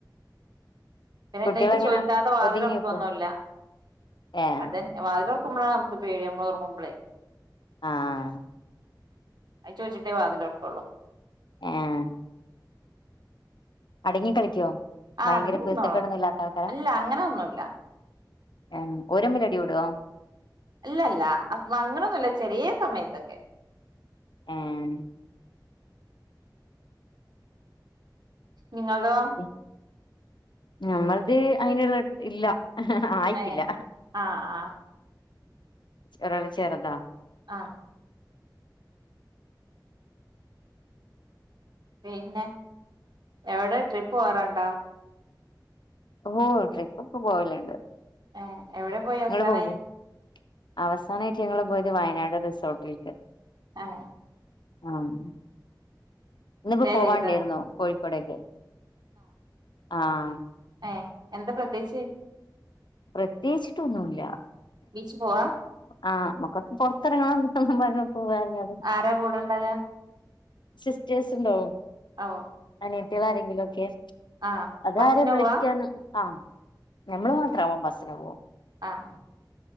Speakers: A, on the right; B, on the left.
A: പിന്നെ
B: കുട്ടികളെങ്ങനാ
A: എന്റടുത്തു ചോദിച്ചാതെ വാതിൽ
B: ഒതുങ്ങി
A: തുറക്കത്തൊന്നുമില്ല
B: നിക്കോ ഏഹ്
A: അതെന്നെ വാതിൽ തുറക്കുമ്പോഴാ നമുക്ക് പേടി ഞമ്മള് ഉറങ്ങുമ്പോളെ
B: ആഹ് ആഹ്
A: അയ് ചോദിചിട്ടെ വാതില് തുറക്കുള്ളു
B: ഏഹ് അടങ്ങി കളിക്കുവോ
A: ആ
B: ഭയങ്കര
A: അടങ്ങി
B: കുരുത്തക്കെടൊന്നും
A: നിന്നോളും
B: ഇല്ലാത്ത ആൾക്കാരാ
A: അല്ല അങ്ങനൊന്നുല്ല
B: ഏഹ് ഓരമ്മിൽ അടികൂടുവോ
A: ഇല്ല ഇല്ല അ അങ്ങണൊന്നുമില്ല ചെറിയ സമയത്തൊക്കെ
B: ആഹ്
A: നിങ്ങളോ
B: ഉം ഞമ്മളത് അതിനുള്ള ഇല്ല ആയിട്ടില്ല
A: ഏ ആഹ് ആഹ്
B: ഒരാള് ചെറുതാ
A: ആഹ് പിന്നെ എവിടെ ട്രിപ്പ് പോവാറുണ്ട
B: ഓഹ് ട്രിപ്പ് ഒക്കെ പോവലുണ്ട്
A: ഏഹ് എവിടെ പോയി
B: നിങ്ങള്
A: അവസാനായി
B: പോവൂലേ അവസാനമായിട്ട് ഞങ്ങള് പോയത് വയനാട് റിസോർട്ടിലേക്ക്
A: അഹ്
B: ആഹ് ഇന്നിപ്പോ
A: സ്റ്റേ
B: പോവാണ്ടായിരുന്നോ
A: ചെയ്തോ
B: കോഴിക്കോടേക്ക് ആഹ്
A: ഏയ് എന്താ പ്രത്യേകിച്ച്
B: പ്രത്യേകിച്ചിട്ടൊന്നുംല്ല
A: ബീച്ച് പോവാ
B: ആഹ് മമുക്കൊന്ന് പുറത്തിറങ്ങണം എന്തൊന്നും പറഞ്ഞ പോവാനങ്
A: ആരാ കൂടെണ്ടാക
B: സിസ്റ്റേഴ്സ് ഉണ്ടോ
A: അ ഓ
B: അനിയത്തി കള് ആരെങ്കിലുമൊക്കെ
A: ആഹ്
B: അതാരെ
A: ബസ്സിന്
B: വിളിക്കന്ന്
A: പോവാ
B: ആം ഞമ്മള് മാത്രവമ്പോ ബസ്സിന് പോകും
A: ആഹ്